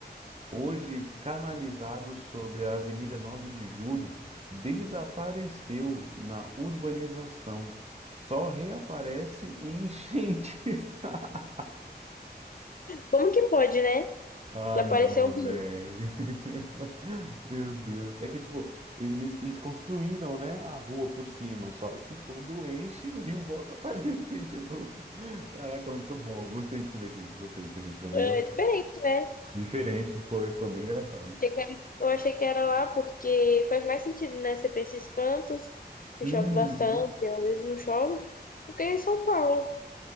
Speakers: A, on the right; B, on the left.
A: hoje canalizado sobre a Avenida nove de Julho, desapareceu na urbanização. Só reaparece em enchentes. <laughs>
B: Como que pode, né?
A: Ah,
B: Desapareceu
A: não,
B: um rio.
A: velho. <laughs> Meu Deus. É que, tipo, eles, mes- eles construíram, né, a rua por cima, só que quando enche, o rio volta a aparecer de novo. Caraca, muito bom. Gostei disso daqui. Gostei disso aqui. Ficou bem
B: é
A: engraçado.
B: diferente, né?
A: Diferente, foi, ficou bem engraçado.
B: Achei que era- Eu achei que era lá porque faz mais sentido, né? Ser pra esses cantos, que
A: Uhum.
B: chove bastante, às vezes não chove, do que em São Paulo.